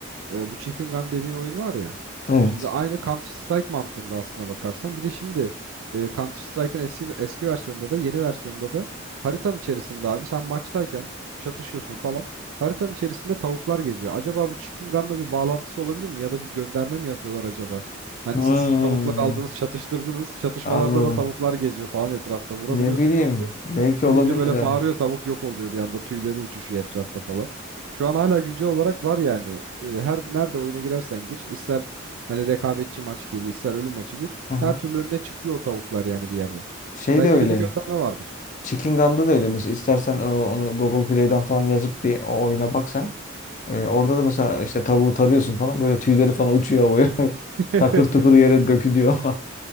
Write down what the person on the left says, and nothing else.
Evet.
Hmm,
anladım.
Ne bileyim.
Belki
olabilir
yani.
Hı hı.
Şey
de öyle.
Chicken Gun'da da öyle. Mesela istersen e, onu Google Play'den falan yazıp bir o oyuna bak sen. E, orada da mesela işte tavuğu tarıyorsun falan. Böyle tüyleri falan uçuyor havaya. <laughs>
Takır tukur yere dökülüyor. <laughs>